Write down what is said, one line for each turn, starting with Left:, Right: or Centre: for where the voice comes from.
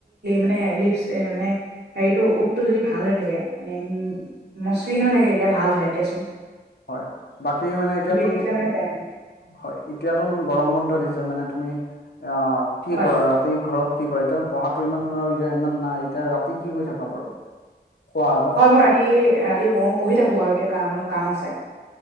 Right: মানে লিপ মানে, হেৰিতৰ উটটো যদি ভাল হৈ থাকে, মানে উম, ম <inaudible> হৈ থাকে, তেতিয়া ভাল হয়, এতিয়া দিয়া চোন।
Left: হয়, বাকী মানে, এতিয়াতোন,
Right: থাকিলে মানে বেয়া পাওঁ
Left: হয়। এতিয়াতো গৰম বন্ধ দিছে, মানে তুমি আহ, কি
Right: হয়
Left: কৰা ৰাতি ঘৰত কি কয় এতিয়া পঢ়াতটো ইমান মান ইমান নাই, এতিয়া ৰাতি কি কৰি থাকা বাৰু? খোৱা আগত
Right: হয় মই ৰাতি ৰাতি পঢ়, পঢ়ি থাকো বাৰু, এতিয়া কাম কাম আছে।